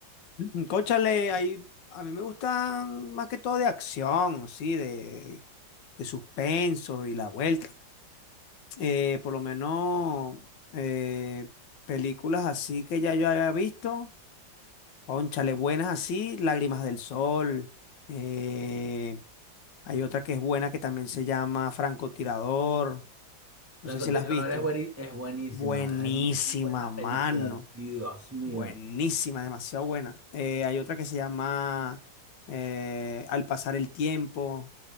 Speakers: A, on the left; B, on the right.
A: Mm, Cónchale, ahí, a mí me gustan más que todo de acción, así, de, de suspenso y la vuelta. Eh, por lo menos eh, películas así que ya yo había visto, cónchale, buenas así, Lágrimas del Sol. eh, hay otra que es buena que también se llama Francotirador.
B: Francotirador
A: No sé si la has visto.
B: es, bueni- es buenísima,
A: Buenísima,
B: es muy buena película,
A: mano.
B: Dios mío.
A: Buenísima, demasiado buena. Eh, hay otra que se llama eh, Al pasar el tiempo.